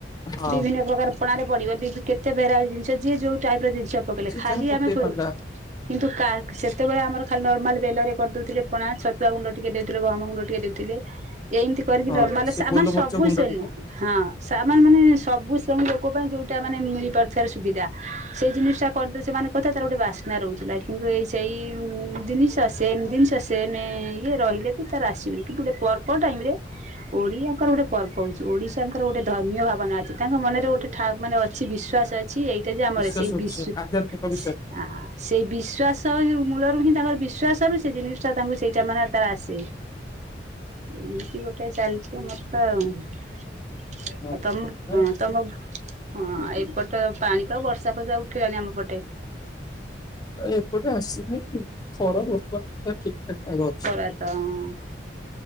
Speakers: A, on the left; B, on the right.
A: ହଁ
B: ବିଭିନ୍ନ ପ୍ରକାର ପଣାାରେ ପଡିବ କେତେ ଭେରାଇଟି ଜିନିଷ ଯିଏ ଯୋଉ ଟାଇପ ର ଜିନିଷ। ପକେଇିଲଲେ
A: ଯିଏ
B: ଖାଲି
A: ଯାହା ପକେଇ
B: ଆମେ।
A: ପାରିଲା
B: କିନ୍ତୁ ସେତେବେଳେ ଆମର ଖାଲି ନର୍ମାଲ ବେଲରେ କରିଦଉଥିଲେ ପଣା ଛତୁଆ ଗୁଣ୍ଡ ଟିକେ ଦେଉଥିଲେ ଗହମ ଗୁଣ୍ଡ ଟିକେ ଦେଉଥିଲେ। ଏମିତି କରିକି
A: ହଁ
B: ନର୍ମାଲ
A: ସେ
B: ମାନେ
A: ଗୋଲମରିଚ
B: ସବୁ
A: ଗୁଣ୍ଡ
B: ସେନୁ।
A: ଟିକେ
B: ହଁ ସେମାନେ ମାନେ ସବୁ ଶ୍ରେଣୀ ଲୋକ ପାଇଁ ଯୋଉଟା ମାନେ ମିଳିପାରୁଥିବାର ସୁବିଧା ସେଇ ଜିନିଷ ଟା କରିଦେ ସେମାନେ କଥା ତାର ଗୋଟେ ବାସ୍ନା ରହୁଛି। ଥିଲା କିନ୍ତୁ ଏଇ ସେଇ ଜିନିଷ ସେଏମ ଜିନିଷ ସେଏମ ଇଏ ରହିଲେ। ତାର ଆସିବେନି କିନ୍ତୁ ଯେ ପରପର ଟାଇମ ରେ ଓଡିଆଙ୍କର ଗୋଟେ ପର୍ବ ହଉଛି ଓଡିଶାଙ୍କର ଗୋଟେ ଧର୍ମୀୟ ଭାବନା ଅଛି ତାଙ୍କ ମନରେ ଗୋଟେ ଠାବ ମାନେ ଅଛି ବିଶ୍ୱାସ ଛି ଏଇଟା ଯେ ଆମର
A: ବିଶ୍ୱାସ
B: ସେଇ
A: ଅଛି
B: ବିଶ୍ୱ
A: ଆଧ୍ୟାତ୍ମିକ ବିଶ୍ୱାସ
B: ଆ ସେଇ ବିଶ୍ୱାସ ରେ ମୂଳରୁ ହିଁ ତାଙ୍କର ବିଶ୍ୱଵାସରୁ ସେ ଜିନିଷଟା ତାଙ୍କୁ ସେଇଟା ମାନେ ତାର ଆସେ ଏମିତି ଗୋଟେ ଚାଲିଛି ଆମର ତଅ
A: ହଁ
B: ଆ ତମ
A: ହଁ।
B: ତମ ହଁ ଏପଟ ପାଣି ତ ବର୍ଷା ଫର୍ଷା ଉଠିଲାଣି ଆମ ପଟେ
A: ଏପଟେ ଆସିନି ଖରା ବର୍ତ୍ତମାନ ସୁଧା ଠିକ ଠାକ ପାଗ ଅଛି।
B: ତଅଂଅଂ